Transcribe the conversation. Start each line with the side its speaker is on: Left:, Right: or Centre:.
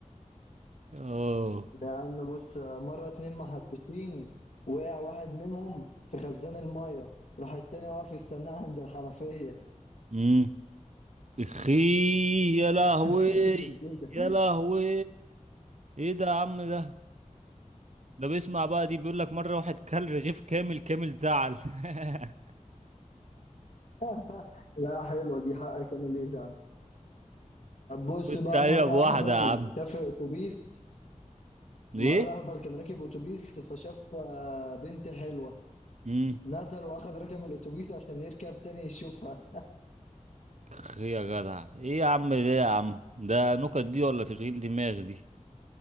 Right: اه
Left: يا عم بص مرة اتنين محششين وقع واحد منهم في خزان المية راح التاني واقف يستناه عند الحنفية
Right: امم اخي يا لهوي
Left: خلصت كده
Right: يا لهوي ايه ده يا عم ده ده بيسمع بقى دي بيقول لك مرة واحد كل رغيف كامل كامل زعل <laughs>
Left: <laughs> لا حلوة دي حقك انا اللي يزعل طب بص
Right: قلت
Left: بقى
Right: علينا
Left: مرة
Right: بواحدة
Left: اهبل
Right: يا عم
Left: ده في اتوبيس
Right: ايه
Left: مرة اهبل كان راكب اتوبيس فشاف آه، بنت حلوة
Right: امم
Left: نزل واخد رقم الاتوبيس عشان يركب تاني يشوفها
Right: اخ يا جدع ايه يا عم ده يا عم ده نكت دي ولا تشغيل دماغ دي